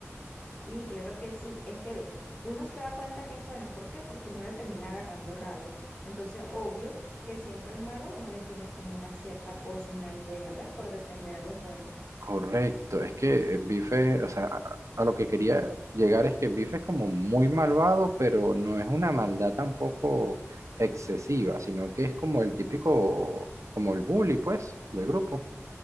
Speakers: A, on the left; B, on the right.
A: Sí, claro que sí. Es que ve, uno se da cuenta que es bueno. ¿Por qué? Porque uno le termina agarrando rabia. Entonces, obvio que siempre al malo uno le tiene como una cierta cosa, una idea, ¿ves? Por defender a los buenos.
B: Correcto, es que eh, Bife, o sea, a, a lo que quería llegar es que Bife es como muy malvado, pero no es una maldad tampoco excesiva, sino que es como el típico, como el bully, pues, del grupo.